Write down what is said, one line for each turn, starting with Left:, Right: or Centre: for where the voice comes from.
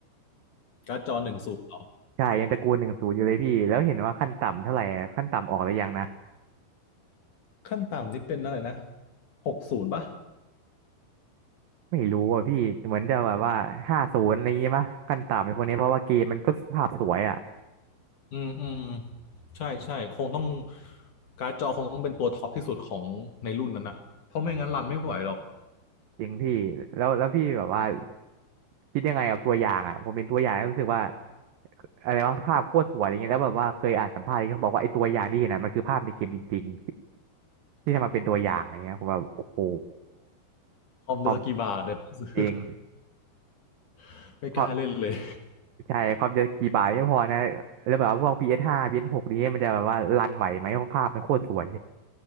Left: การ์ดจอหนึ่งศูนย์
Right: ใช่ยังตระกูลหนึ่งศูนย์อยู่เลยพี่แล้วเห็นว่าขั้นต่ำเท่าไหร่อะขั้นต่ำออกหรือยังนะ
Left: ขั้นต่ำนี่เป็นอะไรนะหกศูนย์ป่ะ
Right: ไม่รู้อ่ะพี่เหมือนจะแบบว่าห้าศูนย์อะไรอย่างงี้ป่ะขั้นต่ำในพวกนี้เพราะว่าเกมมันก็ภาพสวยอ่ะ
Left: อืมอืมใช่ใช่ คงต้องการ์ดจอคงต้องเป็นตัวท็อปที่สุดของในรุ่นนั้นอะเพราะไม่งั้นรันไม่ไหวหรอก
Right: จริงพี่แล้วแล้วพี่แบบว่าคิดยังไงกับตัวอย่างอ่ะผมเป็นตัวอย่างแล้วรู้สึกว่าอะไรว่าภาพโคตรสวยอะไรเงี้ยแล้วแบบว่าเคยอ่านสัมภาษณ์ที่เขาบอกว่าไอ้ตัวอย่างที่เห็นอ่ะมันคือภาพในเกมจริงๆที่ทำมาเป็นตัวอย่างอะไรเงี้ยผมแบบโอ้โห
Left: คอมจะสกกี่บาทเนี่ยซื้อ
Right: พอจริง
Left: <laughs> ไม่กล้าเล่นเลย
Right: พอ
Left: <laughs>
Right: ใช่ ความจะกี่บาทไม่พอนะ แล้วแบบว่าพวก PS5 PS6 นี้มันจะแบบว่ารันไหวไหมเพราะภาพมันโคตรสวย